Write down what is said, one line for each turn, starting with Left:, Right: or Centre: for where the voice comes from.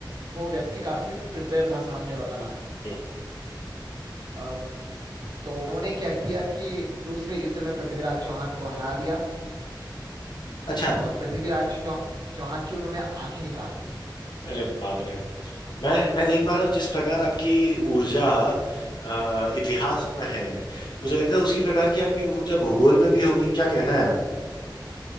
Right: वो व्यक्ति काफी प्रिपेयर था सामने वाला
Left: हम्म।
Right: अ, तो उन्होंने क्या किया कि दूसरे युद्ध में पृथ्वीराज चौहान को हरा दिया
Left: अच्छा
Right: और पृथ्वीराज चौ, चौहान की उन्होंने आंखें निकाल दी
Left: अरे बाप रे मैं मैं देख पा रहा हूँ जिस प्रकार आपकी ऊर्जा अ, इतिहास में है मुझे लगता है उसी प्रकार की आपकी ऊर्जा भूगोल में भी होगी क्या कहना है आप